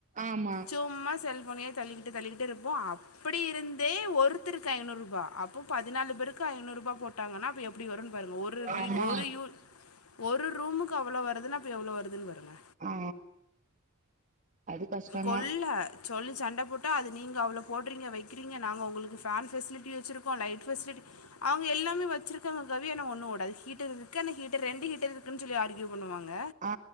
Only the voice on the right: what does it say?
ஆமா
ஆமா
ஆ அது கஷ்டந்தா
ஆ